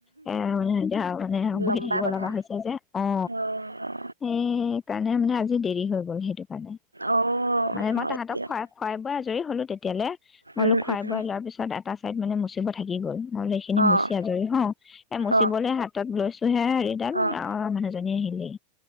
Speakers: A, on the left; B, on the right.
A: এ মানে এতিয়া মানে বহি
B: লম্বা
A: থাকিব
B: কথা
A: লগা হৈছে যে অ'
B: অ',
A: সেই কাৰণ <unintelligible> মানে আজি দেৰি হৈ গ'ল। সেইটো কাৰণে
B: অ',
A: মানে
B: হয়
A: মই তাহাঁতক
B: দিয়ক
A: খোৱাই খোৱাই বোৱাই আজৰি হ'লো। তেতিয়ালে মইবোলো
B: উম,
A: খুৱাই
B: উম,
A: বোৱাই লোৱাৰ পিছত এটা চাইড মানে মচিব থাকি গ'ল। মই বোলো এইখিনি
B: অ',
A: মুচি আজৰি হওঁ, এ মচিবলে
B: অ',
A: হাতত লৈছো হে হেৰিডাল,
B: অ',
A: মানুহজনী আহিলেই।